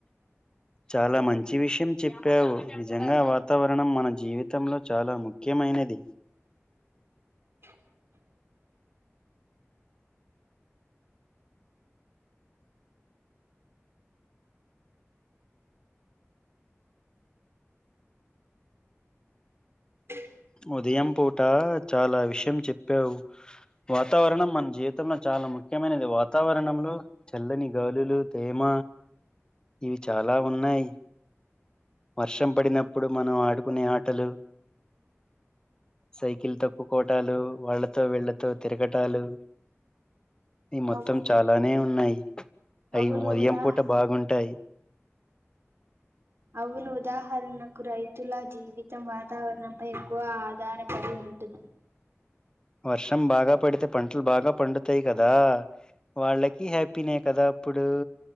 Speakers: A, on the left; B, on the right.
A: చాలా మంచి విషయం చెప్పావు నిజంగా వాతావరణం మన జీవితంలో చాలా ముఖ్యమైనది
B: <inaudible> ఆ
A: ఉదయం పూట చాలా విషయం చెప్పావు వాతావరణం మన జీవితంలో చాలా ముఖ్యమైనది వాతావరణంలో చల్లని గాలులు తేమ ఇవి చాలా ఉన్నాయి వర్షం పడినప్పుడు మనం ఆడుకునే ఆటలు సైకిల్ తొక్కుకోవటాలు వాళ్లతో విళ్లతో తిరగటాలు ఈ మొత్తం
B: అవు
A: చాలానే ఉన్నాయి అవి
B: అవును
A: ఉదయం
B: ఉదా
A: పూట బాగుంటాయి
B: అవును ఉదాహరణకు రైతుల జీవితం వాతావరణంపై ఎక్కువ ఆధారపడి ఉ ఉంటూ
A: వర్షం బాగా పడితే పంటలు బాగా పండుతాయి కదా వాళ్ళకి హ్యాపీ నే కదా అప్పుడు